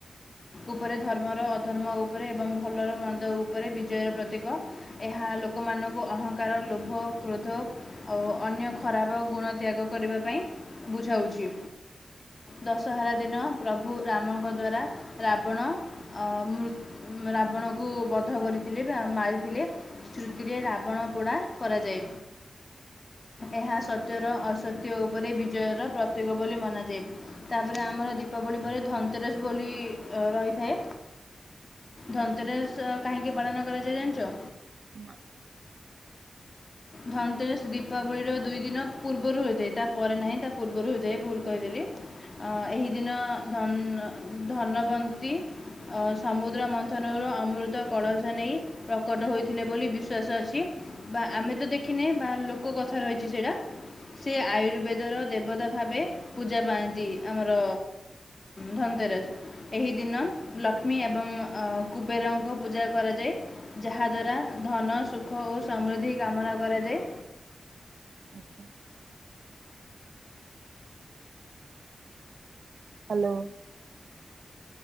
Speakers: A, on the left (about 40°); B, on the right (about 75°).
A: ଉପରେ ଧର୍ମର ଅଧର୍ମ ଉପରେ ଏବଂ ଭଲର ମନ୍ଦ ଉପରେ ବିଜୟର ପ୍ରତୀକ ଏହା ଲୋକମାନଙ୍କୁ ଅହଙ୍କାର, ଲୋଭ, କ୍ରୋଧ ଆଉ ଅନ୍ୟ ଖରାପ ଗୁଣ ତ୍ୟାଗ କରିବା ପାଇଁ ବୁଝାଉଚି। ଦଶହରା ଦିନ ପ୍ରଭୁ ରାମଙ୍କ ଦ୍ଵାରା ରାବଣ ଅ-ମୃ- ରାବଣକୁ ବଧ କରିଥିଲେ ବା ମାରିଥିଲେ। ଶ୍ରୁତିରେ ରାବଣ ପୋଡା କରାଯାଏ। ଏହା ସତ୍ୟର ଅସତ୍ୟ ଉପରେ ବିଜୟର ପ୍ରତୀକ ବୋଲି ମନାଯାଏ। ତାପରେ ଆମର ଦୀପାବଳି ପରେ ଧନତେରସ୍ ବୋଲି ଅ -ରହିଥାଏ। ଧନତେରସ୍
B: ଆଚ୍ଛା
A: କାହିଁକି ପାଳନ କରାଯାଏ ଜାଣିଚ?
B: ନା।
A: ଧନତେରସ୍ ଦୀପାବଳିର ଦୁଇ ଦିନ ପୂର୍ବରୁ ହୋଇଥାଏ ତାପରେ ନାହିଁ ତା ପୂର୍ବରୁ ହୋଇଥାଏ ଭୁଲ୍ କହିଦେଲି। ଅ
B: ଆଚ୍ଛା
A: -ଏହି ଦିନ ଧନ୍- ଧନବନ୍ତୀ ଅ- ସମୁଦ୍ର ମନ୍ଥନରୁ ଅମୃତ କଳସ ନେଇ ପ୍ରକଟ ହୋଇଥିଲେ ବୋଲି ବିଶ୍ୱାସ ଅଛି ବା ଆମେ ତ ଦେଖିନେ ବା ଲୋକ କଥା ରହିଚି ସେଟା ସେ ଆୟୁର୍ବେଦର ଦେ ଦେବତା ଭାବେ ପୂଜା ପାଆନ୍ତି ଆମର ଧନତେରସ୍।। ଏହି ଦିନ ଲକ୍ଷ୍ମୀ ଏବଂ ଅ- କୁବେରଙ୍କ ପୂଜା କରାଯାଏ। ଯାହାଦ୍ୱାରା ଧନ, ସୁଖ ଓ ସମୃଦ୍ଧି କାମନା କରାଯାଏ।
B: ଆଚ୍ଛା। ହାଲୋ।